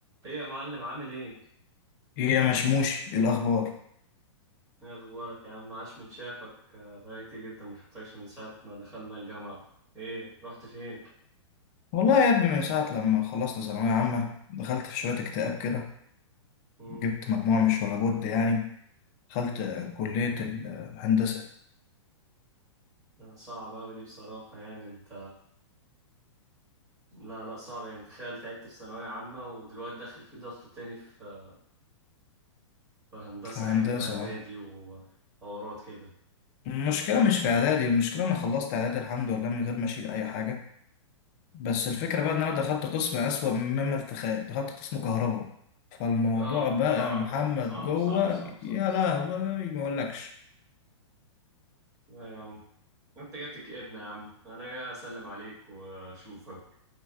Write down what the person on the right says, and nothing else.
ايه يا معلم عامل ايه؟
ايه اخبارك يا عم عاش من شافك آه، بقالي كتير جدا ما شفتكش من ساعة ما دخلنا الجامعة ايه رحت فين؟
مم.
آه، صعب اوي دي بصراحة يعني انت لا لا صعب يعني تخيل تعبت في ثانوية عامة ودلوقتي داخل في ضغط تاني في آه، في هندسة
يعني واعدادي
وحوارات كده
اه
صعبة
صعب
صعب صعب صعب
صعب
لا يا عم انت جاتك ابن يا عم انا جاي اسلم عليك واشوفك